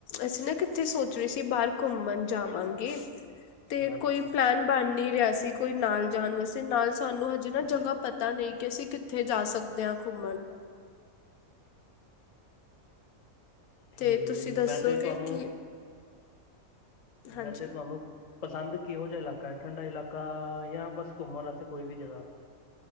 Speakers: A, on the left; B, on the left.
A: ਅਸੀਂ ਨਾ ਕਿੱਥੇ ਸੋਚ ਸੋਚ ਰਹੇ ਸੀ, ਬਾਹਰ ਘੁੰਮਣ ਜਾਵਾਂਗੇ, ਤੇ
B: ਹਾਂਜੀ
A: ਕੋਈ ਪਲੈਨ ਬਣ ਨੀ ਰਿਹਾ ਸੀ, ਕੋਈ ਨਾਲ ਜਾਣ ਵਾਸਤੇ, ਨਾਲ ਸਾਨੂੰ ਹਜੇ ਨਾ ਜਗ੍ਹਾ ਪਤਾ ਨਹੀਂ, ਕਿ ਅਸੀਂ ਕਿਥੇ ਕਿਥੇ ਜਾ ਸਕਦੇ ਹਾਂ, ਘੁੰਮਣ। ਤੇ
B: ਠੀਕ,
A: ਤੁਸੀਂ ਦੱਸੋਗੇ
B: ਵੈਸੇ ਤੁਹਾਨੂੰ
A: ਕਿ ਹਾਂਜੀ
B: ਵੈਸੇ ਤੁਹਾਨੂੰ ਪਸੰਦ ਕਿਹੋ ਜਿਹਾ ਇਲਾਕਾ ਹੈ ਠੰਡਾ ਇਲਾਕਾ ਜਾਂ ਬਸ ਘੁੰਮਣ ਵਾਸਤੇ ਕੋਈ ਵੀ ਜਗ੍ਹਾ